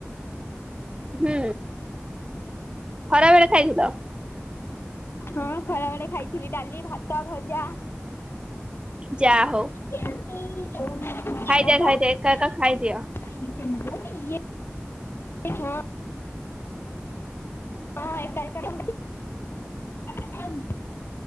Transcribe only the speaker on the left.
ହଁ ଖରାବେଳେ ଖାଇଥିଲି ଡାଲି ଭାତ ଭଜା
<unintelligible>
ହେ ହଁ। ହଁ ଏକା ଏକା <unintelligible>